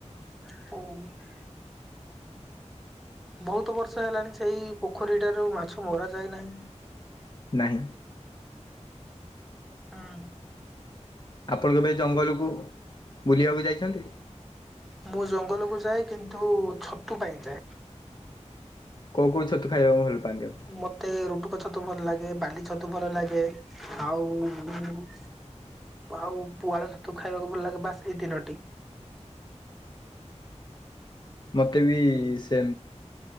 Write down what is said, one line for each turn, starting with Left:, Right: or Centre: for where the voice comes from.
Centre: ହଉ। ବହୁତ ବର୍ଷ ହେଲାଣି ସେଇ ପୋଖରୀଟାରୁ ମାଛ ମରା ଯାଇନାହିଁ।
Left: ନାହିଁ।
Centre: ହଁ।
Left: ଆପଣ କେବେ ଜଙ୍ଗଲକୁ ବୁଲିବାକୁ ଯାଇଛନ୍ତି?
Centre: ମୁଁ ଜଙ୍ଗଲକୁ ଯାଏ କିନ୍ତୁ ଛତୁ ପାଇଁ ଯାଏ।
Left: କୋଉ କୋଉ ଛତୁ ଖାଇବାକୁ ଭଲ ପାଆନ୍ତି।
Centre: ମତେ ରୁଟୁକ ଛତୁ ଭଲ ଲାଗେ ବାଲିଛତୁ ଭଲ ଲାଗେ ଆଉ। ଆଉ ପୁଆଳ ଛତୁ ଖାଇବାକୁ ଭଲ ଲାଗେ ବାସ୍ ଏଇ ତିନୋଟି।
Left: ମତେ ବି ସେ